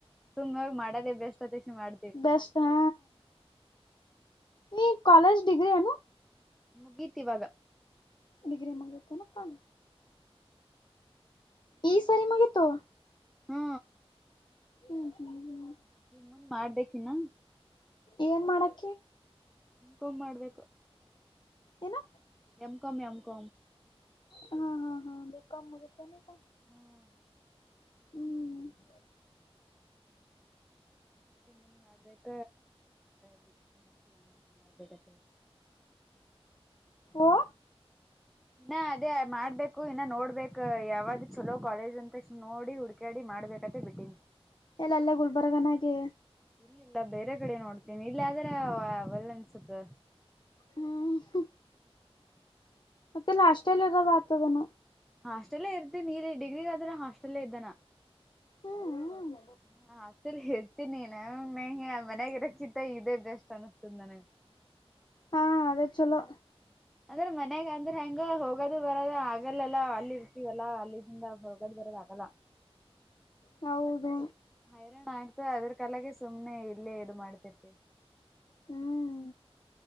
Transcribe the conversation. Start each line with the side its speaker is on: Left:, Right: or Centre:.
Centre: ಸುಮ್ಮ್ ಮಾಡದೇ ಬೆಸ್ಟ್ ಅತ್ತಕ್ಷ ಮಾಡ
Left: ಬೆಸ್ಟ್ ಹ ನೀ ಕಾಲೇಜ್ ಡಿಗ್ರಿ ನು
Centre: ಮುಗೀತಿ ಇವಾಗ
Left: ಡಿಗ್ರಿ ಮುಗಿತನೆ ಕಾಣ ಈ ಸಾರಿ ಮುಗೀತು
Centre: ಹೂ
Left: ಹ್ಮ ಹ <unintelligible>
Centre: ಇ ಮುಂದ್ ಮಾಡ್ಬೇಕಿಿನ
Left: ಏನ್ ಮಾಡಕೆ
Centre: ಫೋನ್ಮಾಡ್ಬೇಕು
Left: ಏನು
Centre: ಎಮ್ ಕಮ ಎಮ್ ಕ್
Left: ಹಾ ಹಾ ಹಾ ಬಿ ಕಾಮ್ ಮುಗೀತ್ ಅನ್ನು ಈಗ
Centre: ಹ್ಮ್
Left: ಹ್ಮ್
Centre: ಮುಂದೆ ಮಾಡ್ಬೇಕ ಬಿಟ್ಟಕಿ ಮಾಡ್ಬೇಕತ್ತ.
Left: ಓ
Centre: ಇನ್ನ ಅದೇ ಮಾಡ್ಬೇಕು ಇನ್ನ ನೋಡ್ಬೇಕ ಯಾವ್ ಚಲೋ ಕಾಲೇಜ್ ಅಂದ ತಕ್ಷಣ ನೋಡಿ ಹುಡ್ಗ. ಾಡಿ ಮಾಡ್ಬೇಕತ್ತೆ ಬಿಟ್ಟಿನಿ.
Left: ಎಲ್ಲಲ್ಲ ಗುಲ್ಬರ್ಗ ನಾಗೆ.
Centre: ಇಲ್ಲಲ್ಲ ಬೇರೆ ಕಡೆ ನೋಡ್ತೀನಿ ಇಲ್ಲ ಆದ್ರೆ ಅವಲ್ಲ ಅನ್ಸುತ್ತೆ.
Left: ಹ್ಮ್ ಮತ್ತೆಲ್ಲಾ ಅಷ್ಟೆಲ್ಲಿ ಇರೋದು ಆತನದು
Centre: ಹಾಸ್ಟೆಲ್ಲೇ ಇರ್ತೀನ ನೀ ಡಿಗ್ರಿಗಾದ್ರ ಹಾಸ್ಟೆಲ್ಲೇ ಇದ್ದಾನಾ.
Left: ಹ್ಮ್
Centre: ಹ್ಮ್ ಅಷ್ಟೇಲ್ ಹೇರ್ತೀನಿ ನ ಮಂಗೆ ಮನ್ಯಾಗ ಇರೋಕ್ಕಿತ್ತ ಇದದೆ ಬೆಸ್ಟ್ ಅನ್ನಸ್ತದ ನನಗೆ.
Left: ಹಾ ಅದೇ ಚೊಲೋ
Centre: ಅಂದ್ರೆ ಮನ್ಯಾಗ ಅಂದ್ರೆ ಹೆಂಗ ಹೋಗದು ಬರೋ ಆಗಲ್ಲಲ್ಲ ಅಲ್ಲಿ ಇರ್ತೀವಲ್ಲ ಅಲ್ಲಿಿಂದ ಹೋಗದು್ ಬರದು ಆಗಲ್ಲ. ಆಗಲ್ಲ
Left: ಹೌದು
Centre: ಹೈರಾಣ ಆಯ್ತು ಅದ್ರ ಕಾಲಗೆ ಸುಮ್ನೆ ಇಲ್ಲೇ ಇದು ಮಾಡ್ತಿರ್ತಿ.
Left: ಹ್ಮ್